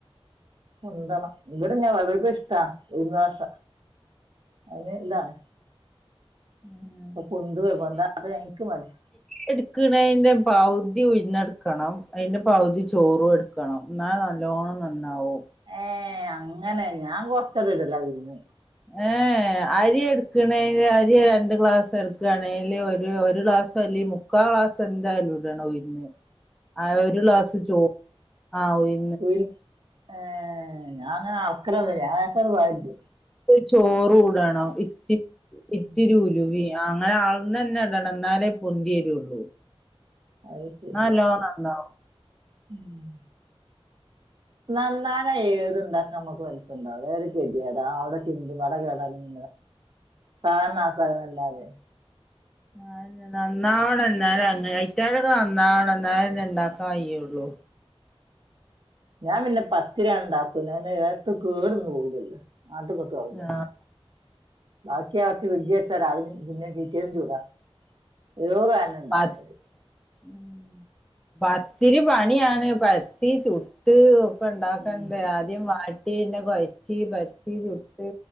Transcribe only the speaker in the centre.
ഉം
അരിയ്ക്ക്ട്ക്ക്ണേന്റെ പൗതി ഉഴ്ന്നെട്ക്കണം അയിന്റെ പൗതി ചോറൂട് ക്കണം ന്നാ നല്ലോണം നന്നാവും
ഏഹ് അരി എട്ക്ണെന്റെ അരി രണ്ട് ഗ്ലാസ് എടുക്കാണെല് ഒരു ഒരു ഗ്ലാസ്ല്ല്യ മു ക്കാ ഗ്ലാസ്‌ന്തായ്ലും ഇടെണ ഉഴ്ന്ന് ആഹ് ഒരു ക്ലാസ് ചോ ആഹ് ആഹ് ഉയ്‌
കൊയ് ചോറൂടണം ഇത്തി
ഇത്തിരി ഉലുവി- ആഹ് അങ്ങനെ അൾന്നെന്നെടണം ഇന്നാലേ പൊന്തിവരുള്ളൂ
ന്നല്ലോ നന്നാവും
അഹ്അതന്നെ നന്നാവണ ന്നാല അങ്ങനായ് റ്റാലൊക്കെ നന്നാവണം ഇന്നാലെന്നെ ഇണ്ടാക്ക കയ്യൊള്ളൂ
ആഹ്
പത് ഉം പത്തിരി പണിയാണ് പത്തി ചുട്ട് ഓഹ് ഇപ്പ ഇണ്ടാക്കണ്ട
ആദ്യം വാട്ടി പിന്നെ കൊഴച്ചി പരത്തി ചുട്ട്